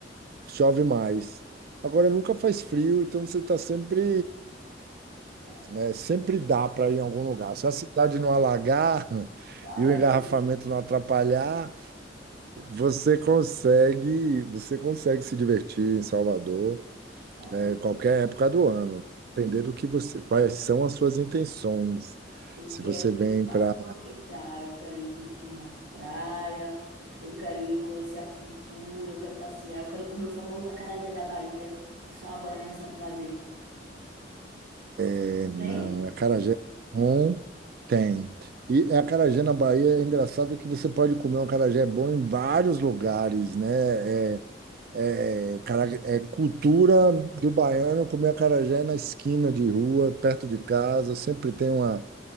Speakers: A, on the right; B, on the right.
A: chove mais. Agora nunca faz frio, então você está sempre,
B: é,
A: é, sempre dá para ir em algum lugar. Se a cidade não alagar <laughs>
B: vai
A: e
B: lá,
A: o engarrafamento
B: meu querido.
A: não atrapalhar, você consegue, você consegue se divertir em Salvador,
B: Ah,
A: é,
B: então
A: qualquer época do ano, depender do que você, quais são as suas intenções.
B: Eu
A: Se
B: quero
A: você vem
B: ir pra
A: para
B: aproveitar, eu quero ir curtir uma praia, eu quero ir conhecer a cultura, eu quero passear, eu quero comer o famoso acarajé da Bahia, que só a baiana sabe fazer.
A: É,
B: Não
A: Não,
B: tem?
A: é acarajé bom tem. E é acarajé na Bahia é engraçado que você pode comer um acarajé bom em vários lugares, né? É, é, cara- é cultura do baiano comer acarajé na esquina de rua, perto de casa. Sempre tem uma,